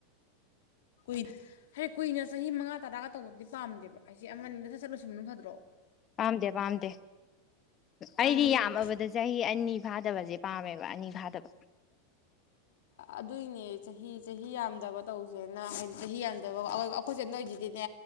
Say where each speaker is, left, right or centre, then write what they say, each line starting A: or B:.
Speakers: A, on the left; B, on the left.
A: ꯀꯨꯏ ꯍꯦ ꯀꯨꯏꯅ ꯆꯍꯤ ꯃꯉꯥ ꯇꯔꯥꯒ ꯇꯧꯕꯗꯤ ꯄꯥꯝꯗꯦꯕ ꯑꯁꯤ ꯑꯃꯅꯤꯗ ꯁꯠ ꯁꯠ ꯂꯣꯏꯁꯟꯕꯅ ꯐꯗ꯭ꯔꯣ
B: ꯄꯥꯝꯗꯦ ꯄꯥꯝꯗꯦ ꯑꯩꯗꯤ
A: ꯎꯝ
B: ꯌꯥꯝꯃꯕꯗ ꯆꯍꯤ ꯑꯅꯤ ꯐꯥꯗꯕꯖꯦ ꯄꯥꯝꯃꯦꯕ ꯑꯅꯤ ꯐꯥꯗꯕ
A: ꯑꯗꯨꯏꯅꯦ ꯆꯍꯤ ꯆꯍꯤ ꯌꯥꯝꯗꯕ ꯇꯧꯗꯦꯅ ꯍꯥꯏꯗꯤ ꯆꯍꯤ ꯌꯥꯝꯗꯕ ꯑꯈꯣꯏ ꯆꯦꯅ ꯇꯧꯏꯖꯤꯗꯤꯅꯦ